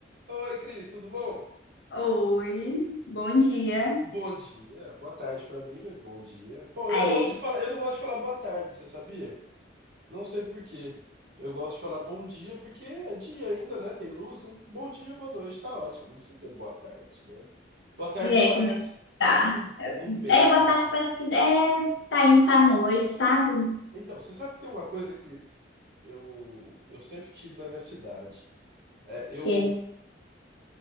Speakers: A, on the right; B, on the left.
A: Oi, Cris, tudo bom?
B: Oi, bom dia.
A: Bom dia, boa tarde pra mim, mas bom dia. Bom,
B: Ah,
A: eu gosto
B: É.
A: de falar, eu não gosto de falar boa tarde, você sabia? Não sei por quê. Eu gosto de falar bom dia porque é dia ainda, né? Tem luz, então bom dia, boa noite, tá ótimo. Não precisa ter boa tarde, né? Boa tarde
B: E aí,
A: parece
B: como é que tá?
A: tá no,
B: É,
A: no meio,
B: é, boa tarde,
A: assim.
B: parece que é, tá indo pra noite, sabe?
A: Então, você sabe que tem uma coisa que eu, eu sempre tive na minha cidade. É, eu
B: Que